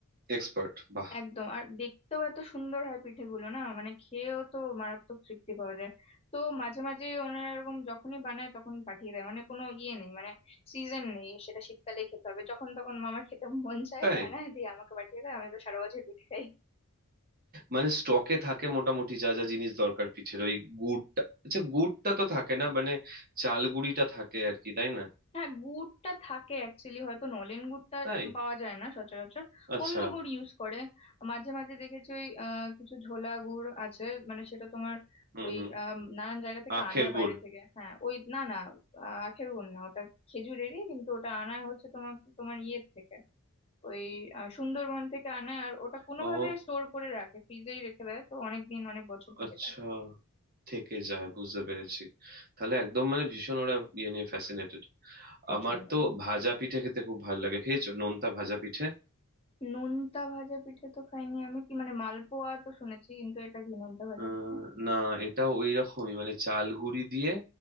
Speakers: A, on the right; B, on the left.
A: এক্সপার্ট বাহ
B: একদম আর দেখতেও এত সুন্দর হয় পিঠেগুলো না মানে খেয়েও তো মারাত্মক তৃপ্তি পাওয়া যায় তো মাঝে মাঝে ওনারা এরকম যখনই বানায় তখন পাঠিয়ে দেয় মানে কোনো ইয়ে নেই মানে সিজন নেই সেটা শীতকালে খেতে হবে যখন তখন মামার খেতে মন চায়
A: তাই
B: বানায় দিয়ে আমাকে পাঠিয়ে দেয় আমি তো সারা বছর পিঠে খাই
A: মানে স্টকে থাকে মোটামুটি যা যা জিনিস দরকার পিঠের ওই গুড়টা আচ্ছা গুড়টা তো থাকে না মানে চাল গুঁড়িটা থাকে আর কি তাই না
B: হ্যাঁ গুড়টা থাকে অ্যাকচুয়ালি হয়তো নলেন গুড়টা
A: তাই
B: পাওয়া যায় না সচরাচর
A: আচ্ছা
B: অন্য গুড় ইউজ করে মাঝে মাঝে দেখেছি ওই আহ, কিছু ঝোলা গুড় আছে মানে সেটা তোমার
A: হুম
B: ওই
A: হুম
B: আম, নানান জায়গা থেকে
A: আখের
B: আনায়
A: গুড়
B: বাইরে থেকে হ্যাঁ ওই না না আহ, আখের গুড় না ওটা খেজুরেরই কিন্তু ওটা আনায় হচ্ছে তোমার তোমার ইয়ের থেকে ওই আহ, সুন্দরবন থেকে আনায় আর ওটা কোনোভাবে
A: ও
B: স্টোর করে রাখে ফ্রিজেই রেখে দেয় তো অনেক দিন অনেক বছর থেকে
A: আচ্ছা
B: যায়
A: থেকে যায় বুঝতে পেরেছি তাহলে একদম মানে ভীষণ ওরা ইয়ে নিয়ে ফ্যাসিনেটেড
B: প্রচন্ড
A: আমার তো ভাজা পিঠে খেতে খুব ভালো লাগে খেয়েছো নোনতা ভাজা পিঠে
B: নোনতা ভাজা পিঠে তো খাইনি আমি কি মানে মালপোয়া তো শুনেছি কিন্তু এটা কি নোনতা ভাজা
A: আহ,
B: পিঠে
A: না এটা ওই রকমই মানে চাল গুঁড়ি দিয়ে